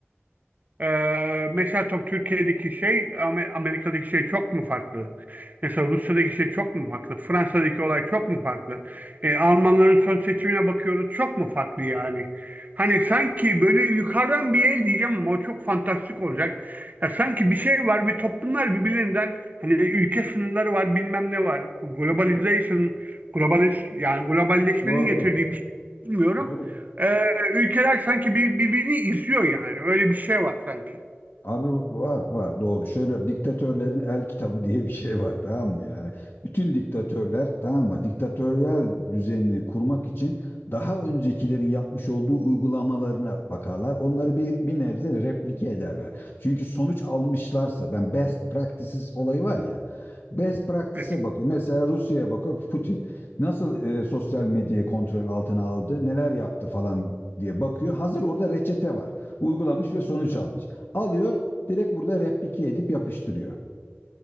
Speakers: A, on the right; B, on the left.
A: Ee, mesela tabii Türkiye'deki şey Amer- Amerika'daki şey çok mu farklı? Mesela Rusya'daki şey çok mu farklı? Fransa'daki olay çok mu farklı? Ee, Almanların son seçimine bakıyoruz çok mu farklı yani? Hani sanki böyle yukarıdan bir el diyeceğim ama o çok fantastik olacak. Ya sanki bir şey var ve toplumlar birbirinden hani ülke sınırları var bilmem ne var. Bu globalization, globalist yani globalleşmenin
B: Doğru.
A: getirdiği bir şey bilmiyorum
B: Doğru.
A: e, ülkeler sanki bir, birbirini izliyor yani. Öyle bir şey var sanki.
B: Abi var var doğru. Şöyle diktatörlerin el kitabı <laughs> diye bir şey var tamam mı yani? Bütün diktatörler tamam mı? Diktatöryal düzenini kurmak için daha öncekilerin yapmış olduğu uygulamalarına bakarlar. Onları bir bir nebze replike ederler. Çünkü sonuç almışlarsa ben best practices olayı var ya. Best practice'e
A: Evet.
B: bakıyor. Mesela Rusya'ya bakıyor. Putin nasıl e, sosyal medyayı kontrol altına aldı, neler yaptı falan diye bakıyor. Hazır orada reçete var. Uygulamış ve sonuç almış alıyor direkt burada replike edip yapıştırıyor.